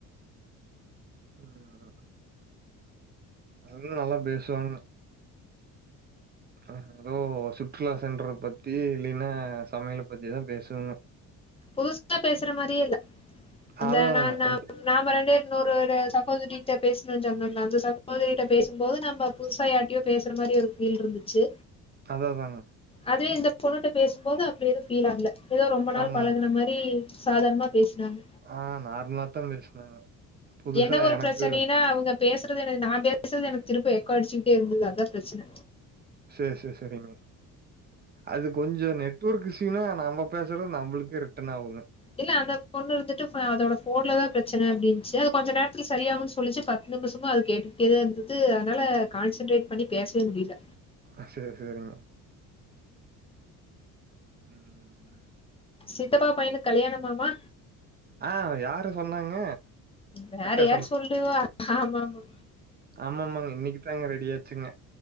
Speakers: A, on the right; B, on the left.
A: ம் அவங்களு நல்லா பேசுவாங்கன்ன அத அதோ சுற்றுலா சென்றத பத்தி இல்லினா சமயல பத்திதா பேசுவாங்க
B: புதுசா பேசுற மாரியே இல்ல அந்த
A: அதாதாங்க
B: நா நா
A: கொஞ்சம்
B: நாம ரெண்டு பேரு இன்னொரு ஒரு சகோதரிட்ட பேசணு சொன்னென்ல அந்த சகோதரிட்ட பேசும்போது நம்ப புதுசா யார்ட்டயோ பேசுற மாரி ஒரு ஃபீல்ருந்துச்சு
A: அதா அதாங்க
B: அதுவே இந்த பொண்ணுட்ட பேசும்போது அப்டி எது ஃபீல் ஆகல ஏதோ ரொம்ப நாள்
A: ஆமாம்.
B: அந்த மாரி சாதார்னமா பேசுனாங்க
A: ஆ நார்மலாதா பேசுனாங்க புதுசா
B: என்ன ஒரு
A: எனக்கு
B: பிரச்சனைனா அவங்க பேசுறது எனக்கு நா பேசுறது எனக்கு திருப்பி எக்கோ அடிச்சுக்கிட்டே இருந்தது அதா பிரச்சன
A: சேர் சேர் செரிங்க அது கொஞ்சோ நெட்வொர்க் இஷ்யுன்னா நம்ம பேசுறது நம்மளுக்கே ரிட்டன் ஆகுங்க
B: இல்ல அந்த பொண்ணு இருந்துட்டு ஃப அதோட ஃபோன்ல தா பிரச்சன அப்டின்ச்சு அது கொஞ்ச நேரத்துல சரியாகுன்னு சொல்லிச்சு ப த்து நிப்ஷமா அது கேட்டுக்கிட்டே தா இருந்துது அதனால கான்சென்ட்ரேட் பண்ணி பேசவே முடியில
A: அ சேர் சேரிங்க ம்
B: சித்தப்பா பையனுக் கல்யாணமாமா
A: ஆ யாரு சொன்னாங்க
B: வேற
A: அக்கா
B: யார் சொல்லுவா ஆமா ஆமா
A: ஆமா ஆமாங்க இன்னிக்குதாங்க ரெடியாச்சுங்க